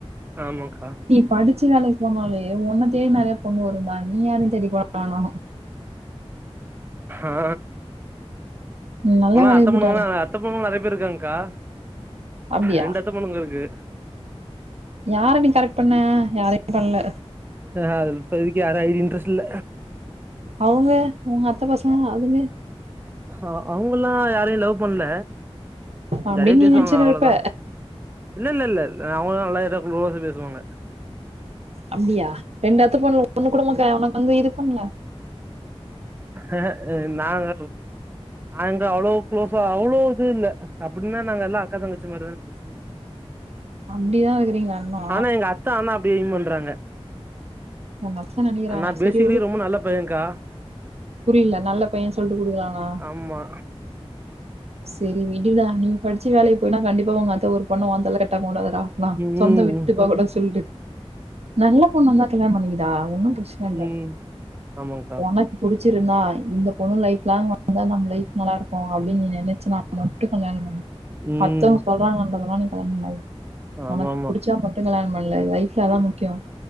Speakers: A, on the right; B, on the right.
A: ஆமாக்கா
B: படிச்சு வேலைக்கு போனாலே ஒன்ன தேடி நெறைய பொண்ணு வருண்டா நீ யாரையு தேடி போவ வேணா
A: ஆ
B: நீ நல்ல
A: இப்பல்லா
B: வேலைக்கு
A: அத்த
B: போயிட்டாலே
A: பொண்ணுகளு அத்த பொண்ணுகளு நறைய பேர் இருக்காங்கக்கா
B: அப்படியா
A: ரெண்டு அத்த பொண்ணுங்க இருக்கு
B: யார நீ கரெக்ட் பண்ண? யாரையு பண்ணல
A: ஆஹ அது இப்பதைக்கு யாரா ஐடி இன்ட்ரெஸ்ட் இல்ல
B: அவுங்க உங்க அத்த பசங்க அதுங்க
A: அ அவுங்கல்லா யாரையு லவ் பண்ல
B: அப்படின்னு
A: ஜாலியா
B: நீ
A: பேசுவாங்க
B: நினைச்சுன்னு
A: அவ்ளோதா
B: இருப்ப
A: இல்ல இல்ல இல்ல இல்ல அவுங்களு நல்லா இதா குளோச பேசுவாங்க
B: அப்டியா ரெண்டு அத்த பொண்ணுகள்ல ஒண்ணு கூடமாக்க ஒனக்கு வந்து இது பண்ல
A: அஹ நாங்க நாங்க அவ்ளோ குளோஸா அவ்ளோ இது இல்ல அப்டினா நாங்க எல்லா அக்கா தங்கச்சி மாரிதான பேசுவோ
B: அப்டிதா இருக்குறீங்களா இன்னு
A: ஆனா எங்க அத் தா ஆனா அப்டியே பண்றாங்க
B: உங்க அத்த நெனைக்கிறாங்க
A: நா
B: செரி
A: ப்பேசிக்கலி ரொம்ப நல்ல பையக்கா
B: புரில நல்ல பைய சொல்ட்டு குடுக்கலானா
A: அம்மா
B: செரி விடுடா நீ படிச்சி வேலைக்கி போனா கண்டிப்பா உங்க அத்த ஒரு பொண்ண ஓந்தலைல கட்டாம வுடா லா லா
A: ம்
B: சொந்தோ விட்டுப்போ கூடாது சொல்ட்டு நல்ல பொண்ணு வந்தா கல்யாணோ பண்ணிக்கடா ஒன்னு ப்ர ச்சன இல்ல
A: ம் ஆமாங்க்கா
B: ஒனக் புடிச்சிருந்தா இந்த பொண்ணு லைஃப் லாங் வந்தா நம்ம லைஃப் நல்லா இருக்கு அப்டினு நீ நெனச்சினா மொத் டு கல்யாணோ பண்ணு
A: ம்
B: மத்தவுங்க சொல்றாங்கன்றதெல்லா நீ கல்யாண பண்ணாத
A: ஆமா
B: ஒனக்கு
A: ஆமா
B: புடிச்சா மட் கல்யாண பண்லே லைஃப்ல அதா முக்கியோ